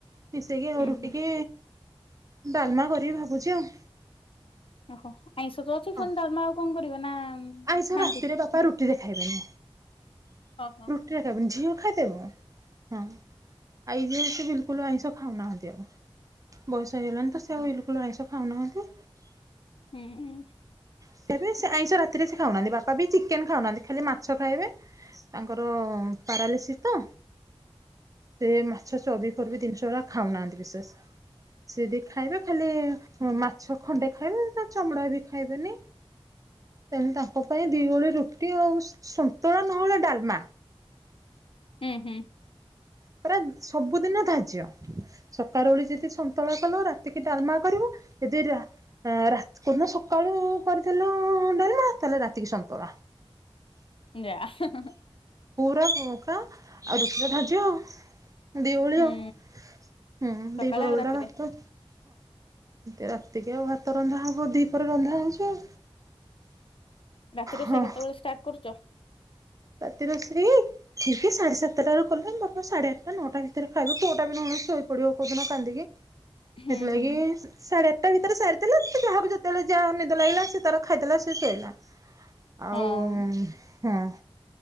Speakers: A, on the right; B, on the left.
A: ମିଶେଇକି ଆଉ
B: ହୁଁ
A: ରୁଟିକି
B: ହୁଁ
A: ଡାଲମା କରିବି ଭାବୁଚି ଆଉ।
B: ଓହୋ ଆଇଁଷ ତ ଅଛି
A: ହଁ
B: ପୁଣି ତାଲମା ଆଉ କଣ କରିବ ନା
A: ଆଇଁଷ
B: ଖାଆନ୍ତି
A: ରାତିରେ ବାପା ରୁଟି ରେ ଖାଇବେନି।
B: ହଁ ହଁ।
A: ରୁଟି ଖାଇବେନି ଝିଅ ଖାଇଦବ ହଁ। ଆଇ ଯେ ସସିଏ ବିଲକୁଲ ଆଇଁଷ ଖାଉନାହାନ୍ତି ଆଉ। ବୟସ ହେଇଗଲାଣିି ତ ସେ ଆଉ ବିଲକୁଲ ଆଇଁସ ଖାଉ ନହାନ୍ତି।
B: ହୁଁ ହୁଁ।
A: ସେବି ସେ ଆଇଁଷ ରାତିରେ ସେ ଖାଉନାହାନ୍ତି ବାପା ବି ଚିକେନ୍ ଖାଉନାହାନ୍ତି ଖାଲି ମାଛ ଖାଇବେ। ତାଙ୍କର ପାରାଲିସିସ୍ ତ। ସେ ମାଛ ଚର୍ବି ଫର୍ବି ଜିନିଷ ଗୁଡ଼ା ଖାଉନାହାଁନ୍ତି ବିଶେଷ ସେ ଯଦି ଖାଇବେ ଖାଲି ମାଛ ଖଣ୍ଡେ ଖାଇବେ ତା ଚମଡ଼ା ବି ଖାଇବେନି। ତେଣୁ ତାଙ୍କ ପାଇଁ ଦି ଓଳି ରୁଟି ଆଉ ସନ୍ତୁଳା ନହେଳା ଡାଲମା।
B: ହୁଁ ହୁଁ।
A: ପୂରା ସବୁଦିନ ଧାର୍ଯ୍ୟ ସକାଳ ଓଳି ଯଦି ସନ୍ତୁଳା କଲ ରାତି କି ଡାଲମା କରିବ ଯଦି ରା ରା କୋଉଦିନ ସକାଳୁ କରିଦେଲ ଡାଲମା ତାହେଲେ ରାତିକି ସନ୍ତୁଳା।
B: ଯା <unintelligible>
A: ପୁରା ବୁକା ଆଉ ରୁଟି ଟା ଧାର୍ଯ୍ଯ ଆଉ। ଦିଓଳିଆଉ
B: ହୁଁ,
A: ହୁଁ
B: ସକାଳେ
A: ଦିହିପହର
B: ଆଉ
A: ଓଳିଟା
B: ରାତିରେ
A: ଭାତ। ହଁ ରାତିକି ଆଉ ଭାତ ରନ୍ଧା ହବ ଦିହିପହରେ ରନ୍ଧା ହଉଚି ଆଉ।
B: ରାତି ରୋଷେଇ
A: ହଁ।
B: କେତବେଳେ ଷ୍ଟାର୍ଟ କରୁଚ?
A: ରାତି ରୋଷେଇ? ଠିକ ସାଢେ ସାତଟା ରୁ କଲେ ବାପା ସାଢେ ଆଠଅଟା ନଅଟା ଭିତରେ ଖାଇବୁ ପୁଅଟା ବି ନ ଖାଇ ଶୋଇ ପିଡିବ କୋଉଦିନ କାନ୍ଦିକି।
B: ହୁଁ,
A: ସେଥିଲାଗି
B: ହୁଁ,
A: ସାଢ଼େ ଆଠଟା ଭିତରେ ସାରି ଦେଲେ। ଯାହାକୁ ଯେତେବେଳେ ଯାହା ନିଦ ଲାଗିଲା ସେ ତାର ଖାଇଦେଲା ସେ ଶୋଇଲା। ଆଉ
B: ହଁ,
A: ହଁ।